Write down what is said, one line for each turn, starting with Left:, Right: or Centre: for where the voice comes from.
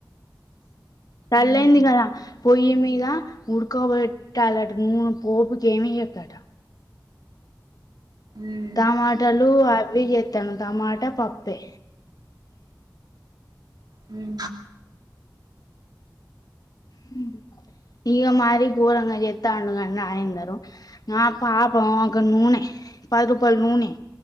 Left: తల్లి
Right: మ్మ్
Left: అయ్యిందిగా కదా పొయ్యిమీద ఉడుక పెట్టాలంట నూనే పోపు కేమి ఎయ్యోదట
Right: మ్మ్
Left: టమాటాలు అవి చేస్తాను టమాటా పప్పే
Right: మ్మ్
Left: హు ఇగ మరి గోరంగా చేతండు గా నాగేందర్ నా పాపం ఒక నూనె పది రూపాయలు నూనె